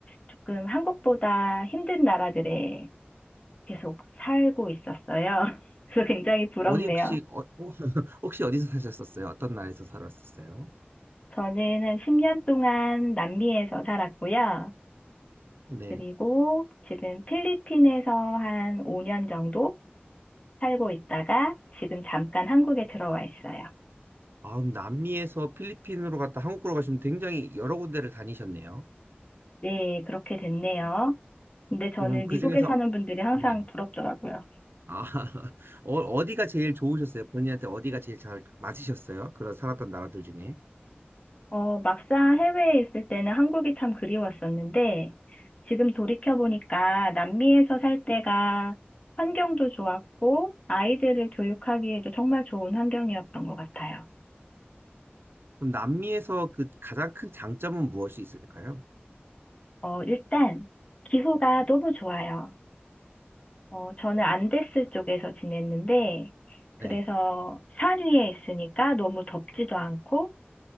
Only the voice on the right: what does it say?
어디 혹시, 어, <laughs> 혹시 어디서 사셨었어요? 어떤 나라에서 살았었어요?
네.
아, 그럼 남미에서 필리핀으로 갔다 한국으로 가시면 굉장히 여러 군데를 다니셨네요.
음, 그
중에서,
네.
아, <laughs> 어, 어디가 제일 좋으셨어요? 본인한테 어디가 제일 잘 맞으셨어요? 그런 살았던 나라들 중에.
그럼 남미에서 그 가장 큰 장점은 무엇이 있을까요?
네.